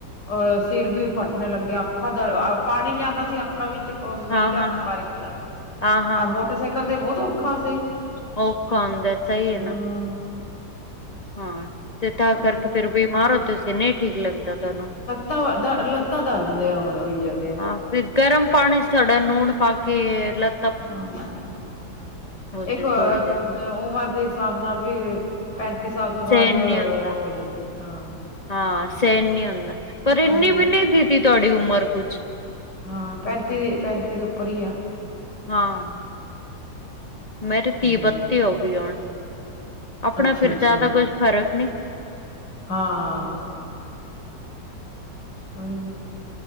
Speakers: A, on the left; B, on the left.
A: ਅ ਸਿਰ ਵੀ ਫੱਟਨ ਲੱਗ ਅੱਖਾਂ ਦਰਦ ਪਾਣੀ ਜਾਂਦਾ ਸੀ ਅੱਖਾਂ ਵਿੱਚ ਮੀਂਹ
B: ਹਾਂ
A: ਦਾ
B: ਹਾਂ ਹਾਂ
A: ਬਾਰਿਸ਼ ਦਾ
B: ਹਾਂ ਹਾਂ
A: ਆ
B: ਹਾਂ
A: ਮੋਟਰਸਾਈਕਲ ਤੇ ਬਹੁਤ ਔਖਾ ਸੀ।
B: ਔਖਾ ਹੁੰਦਾ ਸਹੀ ਏ
A: ਹਮ
B: ਨਾ ਹਾਂ, ਤੇ ਤਾਂ
A: ਉਹੀ
B: ਕਰਕੇ ਫੇਰ ਬਿਮਾਰ ਹੋ ਤੁਸੀ ਨਈ ਠੀਕ ਲੱਗਦਾ ਤੁਹਾਨੂੰ
A: ਤ ਦ ਲੱਤਾਂ ਦਰਦ ਨੇ ਹੋਈ ਜਾਂਦੇ ਆ।
B: ਹਾਂ ਫਿਰ ਗਰਮ ਪਾਣੀ ਚ ਥੋੜਾ ਲੂਣ ਪਾ ਕੇ ਲ
A: ਹਾਂ, ਇੱਕ
B: ਤੇ ਥੋੜੀ ਦੇਰ
A: ਉਮਰ ਦੇ ਹਿਸਾਬ ਨਾਲ ਵੀ ਪੈਂਤੀ ਸਾਲ ਤੋਂ ਬਾਅਦ
B: ਸਹਿਣ
A: ਉਹ
B: ਨੀ ਹੁੰਦਾ
A: ਹੋ ਜਾਂਦੀ ਹਾਂ।
B: ਹਾਂ, ਸੇਣ ਨੀ ਹੁੰਦਾ ਪਰ
A: ਉਹੀ
B: ਇੰਨੀ
A: ਨਾ
B: ਵੀ ਨਹੀਂ ਦਿਖਦੀ ਤੁਹਾਡੀ ਉਮਰ ਕੁਛ
A: ਹਾਂ, ਪੈਂਤੀ ਦੇ ਪੈਂਤੀ ਦੇ ਉੱਪਰ ਹੀ ਆ
B: ਹਾਂ। ਮੈਂ ਤੇ ਤੀਹ
A: ਹਮ
B: ਬੱਤੀ ਹੋ ਗਈ ਹੁਣ ਆਪਣਾ
A: ਅੱਛਾ
B: ਫਿਰ
A: ਅੱਛਾ
B: ਜਾਦਾ ਕੁਛ ਕੁਝ ਫਰਕ ਨਹੀਂ।
A: ਹਾਂ। ਉਹੀ ਨਾ